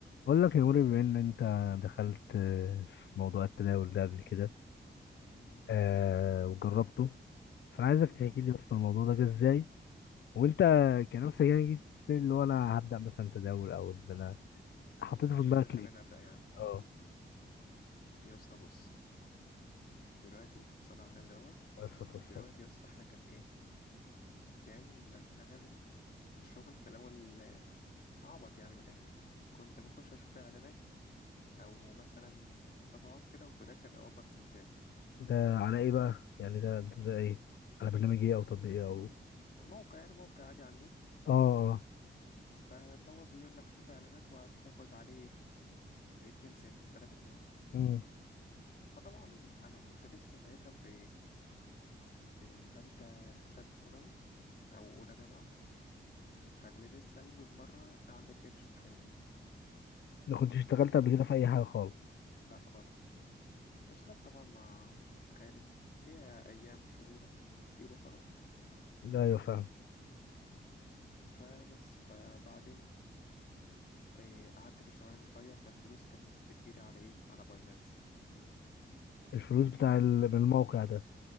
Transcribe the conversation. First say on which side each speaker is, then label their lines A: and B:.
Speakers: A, on the left (about 70°); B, on the left (about 55°).
A: بقول لك يا نوري بما ان انت دخلت في موضوع التداول ده قبل كده
B: مم.
A: آه وجربته فانا عايزك تحكي لي اصلا الموضوع ده جه ازاي وانت كنفسك يعني جيت السن اللي هو انا هبدا مثلا تداول او ان انا حطيته في دماغك
B: ايه اللي خلاني
A: ليه؟
B: ابدا يعني
A: اه
B: يا اسطى بص دلوقتي صلى على النبي الاول
A: بس فصل
B: دلوقتي يا اسطى احنا كان ايه كان بشتغل الشغل في الاول آه، عبط يعني من الاخر كنت بخش اشوف اعلانات او مثلا صفحات كده وفي الاخر اقبض سنتات
A: ده على ايه بقى؟ يعني ده ده, ده ايه؟ على برنامج ايه او تطبيق ايه او
B: موقع يعني موقع عادي على النت
A: اه اه
B: فاللي هو بيقول لك شوف اعلانات وهتاخد عليه 2 سنت 3 سنت
A: امم
B: فطبعا انا كنت لسه ساعتها في في تالتة في تالتة ثانوي او اولى جامعة فاللي لسه أول مرة أعمل قرش بحياتي
A: ما كنتش اشتغلت قبل كده في اي حاجه خالص
B: لا خالص اشتغلت طبعا مع خالي ليا أيام شهور كتير وخلاص
A: لا ايوه فاهم
B: فبس فبعدين إيه قعدت في الشغلانة دي شوية فالفلوس كانت بتجيلي على إيه على باينانس
A: الفلوس بتاع ال- من الموقع ده